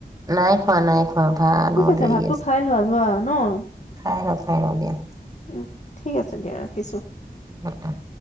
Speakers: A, on the right; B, on the left.
A: নাই খোৱা, নাই খোৱা, ভাত
B: ঠিক
A: মোৰ দেৰি
B: ভাতটো
A: আছে।
B: খাই লোৱা যোৱা ন'।
A: খাই ৰ' খাই ৰ' দিয়
B: উম, ঠিক আছে দিয়া ৰাখিছো।
A: উম, উম।